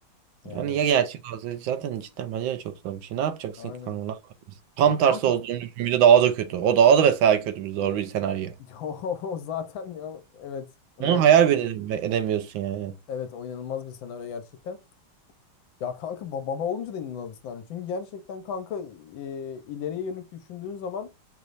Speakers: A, on the left (about 70°); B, on the right (about 75°).
A: Yani
B: Yani ya gerçek olsa zaten cidden bence de çok zor bir şey. Ne yapacaksın
A: aynen.
B: ki kanka? Ne yapabilirsin? Tam
A: Ya kanka
B: tersi olduğunu düşün.
A: <laughs>
B: Bir de daha da kötü. O daha da mesela kötü bir zor bir senaryo.
A: ya o zaten ya evet o
B: Bunu
A: ger
B: hayal bile edeme- edemiyorsun yani.
A: Evet o inanılmaz bir senaryo gerçekten. Ya kanka ba- baba olunca da inanılmaz bir senaryo. Çünkü gerçekten kanka e, ileriye yönelik düşündüğün zaman